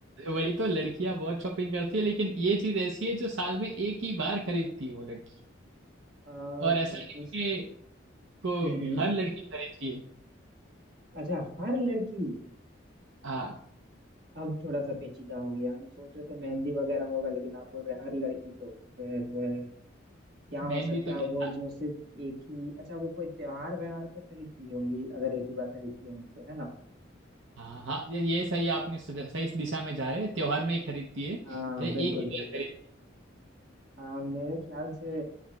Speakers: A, on the right (about 70°); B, on the right (about 50°).
A: वही तो लड़कियां बहुत शॉपिंग करती है लेकिन ये चीज ऐसी है जो साल में एक ही बार खरीदती है वो लड़की
B: आ,
A: और
B: देखो
A: ऐसा नहीं कि को
B: हम्म हम्म,
A: हर लड़की खरीदती है
B: अच्छा हर लड़की
A: हाँ
B: अब थोड़ा सा पेचीदा हो गया हम सोच रहे थे मेहंदी वगैरह होगा लेकिन आप बोल रहे हैं हर लड़की तो फिर अ, क्या हो
A: मेहंदी
B: सकता
A: तो
B: है
A: क्या
B: वो जो सिर्फ एक ही अच्छा वो कोई त्योहार व्यवहार पे खरीदती होंगी अगर एक ही बार खरीदती होंगी तो है ना
A: हाँ हाँ ये ये सही आपने सजा- सही इस दिशा में जा रहे हैं त्योहार में ही खरीदती है अरे
B: हाँ
A: एक
B: बिल्कुल
A: ही
B: बिल्कुल
A: बार खरीद
B: हाँ मेरे ख्याल से